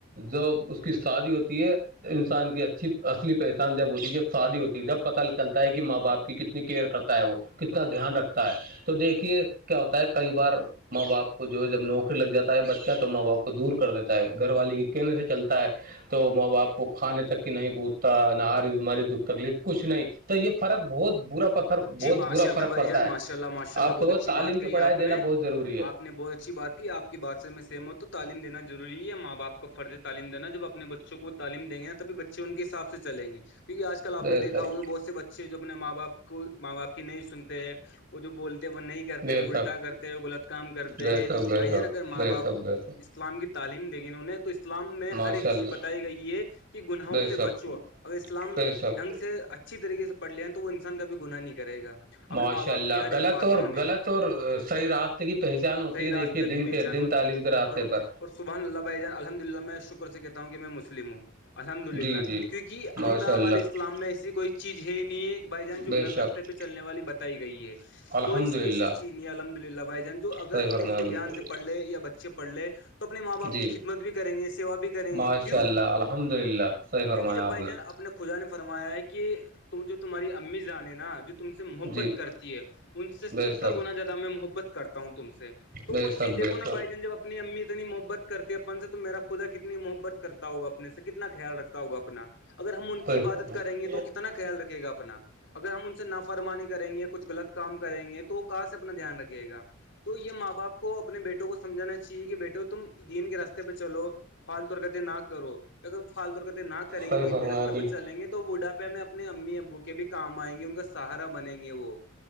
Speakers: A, on the right; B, on the left.
A: جو اس کی شادی ہوتی ہے انسان کی اچھی اصلی پہچان جب ہوتی جب شادی ہوتی جب پتاہ چلتا ہے کہ ماں باپ کی کتنی کیئر کرتا ہے وہ کتنا دھیان رکھتا ہے تو دیکھیے کیا ہوتا ہے کئی بار ماں باپ کو جو ہے جب نوکری لگ جاتا ہے بچہ تو ماں باپ کو دور کر دیتا ہے گھر والی کے کہنے سے چلتا ہے تو ماں باپ کھانے تک کہ نہیں پوچتا نہ ہاری بیماری دکھ تکلیف کچھ نہیں تو یہ فرق بہت برا پتھر بہت
B: جی ماشاء
A: برا
B: اللہ
A: فرق
B: بھائی
A: پڑتا
B: جان
A: ہے
B: ماشاء اللہ ماشاء اللہ
A: آپ
B: بہت
A: تو
B: اچھی
A: تعلیم
B: بات
A: کی
B: کہی
A: پڑھائی
B: آپ
A: دینا
B: نے
A: بہت ضروری ہے
B: آپ نے بہت اچھی بات کی آپ کی بادشاہ میں سیم ہو تو تعلیم دیناضروری ہے ماں باپ کا فرض تو تعلیم دینا جب اپنے بچوں کو وہ تعم دیں گے نا تبھی بچے ان کے حساب سے چلیں گے کیونکہ آج کل آ
A: بے
B: نے
A: شک
B: دھا ہوگ بہت سے بچے جو اپنے ماں باپ کو ماں باپ کی نہیں سنتے ہیں وہ جو بولتے ہیں وہ نہیں کرتے
A: بے
B: الٹا
A: شک
B: کرتے ہو غلط کام کرتے
A: بے
B: ہیں
A: شک بے
B: بھائی جان اگر ماں باپ
A: شک بے شک بے شک
B: اس اسلام کی تعلیم دیک گ انہیں تو اسلام میں
A: ماشاء
B: ہر ایک چیز
A: اللہ
B: بتائی گئی یہ کہ گناہوں
A: بے
B: سے
A: شک
B: بچو اگر اسلام
A: بے شک
B: ڈھنگ سے اچھی طریقے سے پڑھ لے ہیں تو وہ انسان کابھی گناہ نہیں کرے گا اپنے
A: ماشاء
B: ماں باپ
A: اللہ
B: کی ہر
A: غلط
B: ایک بات
A: اور
B: مانے
A: غلط
B: گا
A: اور صحیح راستتے کی پہچان ہوتی
B: صحیح
A: ہے
B: راستے
A: دیکھی کے
B: پہ
A: دن
B: پہچان
A: کے دن
B: ہوتی
A: تعلیم
B: ہے
A: کے راابطتے
B: اور
A: پر
B: اور سبح اللہ بائی جان الحمد للہ میں شکر سے کہتا ہوں کہ میں مسلم ہوں الحمد للہ
A: جی جی
B: کیونکہ ہم
A: ماشاء
B: ن ہمارے
A: اللہ
B: اسلام میں ایسی کوئی چیز ہے ہی نہیں ہے کہ بھائی جان جو
A: بے
B: گلط
A: شک
B: ر پہ چلنے والی بتائی گئی ہے
A: الحمد
B: کوئی سی
A: للہ
B: بھی ایسی چیز نہیں الحمد للہ بھائی جان جو اگر
A: صحیح فرمایا
B: ہم اس کو دھیان
A: بالکل
B: سے پڑھ لے یا بچے پڑھے اپنے ماں باپ
A: جی
B: کی خدمت بھی کریں گے سیوا بھی کریں گے
A: ماشاء
B: کیوں
A: اللہ الحمد للہ صحیح فرمایا
B: کیونکہ جب
A: آپ
B: بھائی
A: نے
B: جان اپنے کو خدا نے فرمایا ہے کہ تم جو تمہاری امی جانے نا جو تم سے محبت
A: جی
B: کرتی ہے ان سے ستر
A: بے شک
B: گنا زیادہ میں محبت کرتا ہوں تم سے تو
A: بے
B: وہ
A: شک
B: چیز دیکو
A: بے
B: نا
A: شک
B: بھائی جان جب اپنی امی اتنی محبت کرتی ہے اپن سے تو میرا خدا کتنی محبت کرتا ہوگا اپنے سے کتنا خیال رکھتا ہوگا اپنا اگر ہم ان کی
A: صحیح
B: عبادت
A: فرمایا
B: کریں گے تو کتنا ن خیال رکھے گا اپنا اگر ہم ان نافرمانی کریں گے کچھ غلط کام کریں گے تو وہ کہاں سے اپنا دھیان رکھے گا تو یہ ماں باپ کو اپنے بیٹوں کو سمجھانا چاہیے کہ بیٹے تم دین کے راستے پہ چلو فالت برکتیں نہ کرو اگر وہ فال طور نہ کریں
A: صحیح
B: گے دین
A: فرمایا
B: کے راتےہ پر
A: بالکل
B: چلیں گے تو وہڈاپےہ میں اپنے امی ابو کے بھی کام آئیں گے ان کا سہارا بنیں گے وہ